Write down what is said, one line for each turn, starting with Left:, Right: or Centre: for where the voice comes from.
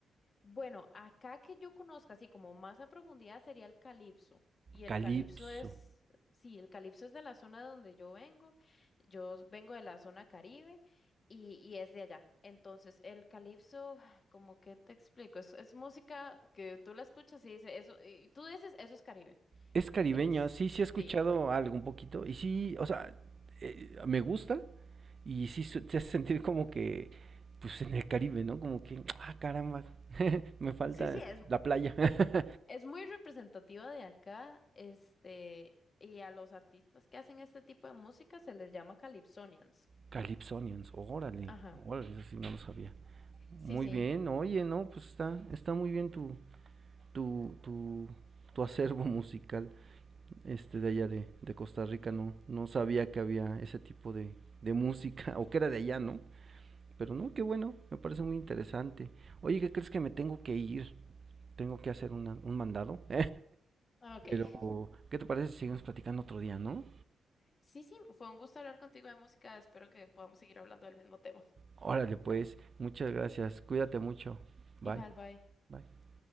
Left: Bueno, acá que yo conozca así como más a profundidad sería el calipso. Y el
Right: Calipso.
Left: calipso es, sí, el calipso es de la zona de donde yo vengo. Yo vengo de la zona Caribe y, y es de allá. Entonces, el calipso, <sighs> como que te explico, es, es música que tú la escuchas y dices, eso, y tú dices, eso es Caribe.
Right: Es caribeño,
Left: Es,
Right: sí, sí
Left: sí.
Right: he escuchado algo un poquito, y sí, o sea, eh, me gusta, y sí su- te hace sentir como que, pues en el Caribe, ¿no? Como que, ah, caramba, <laughs> me falta
Left: Sí, sí, es,
Right: la playa. <laughs>
Left: es, es muy representativa de acá, este, y a los artistas que hacen este tipo de música se les llama calypsonians.
Right: Calypsonians, órale,
Left: Ajá.
Right: órale, eso sí no lo sabía.
Left: Sí,
Right: Muy
Left: sí.
Right: bien, oye, no, pues está, está muy bien tu, tu, tu, tu acervo musical, este de allá de, de Costa Rica, no, no sabía que había ese tipo de, de música, <laughs> o que era de allá, ¿no? Pero no, qué bueno, me parece muy interesante. Oye, ¿qué crees que me tengo que ir? Tengo que hacer una- un mandado. <laughs>
Left: Ah, Ok.
Right: Pero,
Left: <laughs>
Right: ¿qué te parece si seguimos platicando otro día, no?
Left: Sí, sí, fue un gusto hablar contigo de música. Espero que podamos seguir hablando del mismo tema.
Right: Órale, pues, muchas gracias, cuídate mucho. Bye,
Left: Igual, bye.
Right: bye.